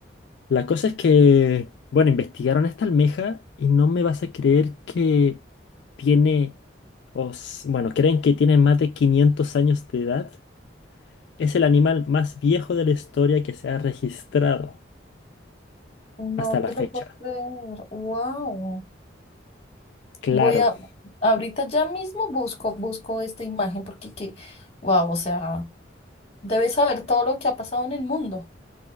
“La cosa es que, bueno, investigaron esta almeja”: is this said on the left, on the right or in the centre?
Left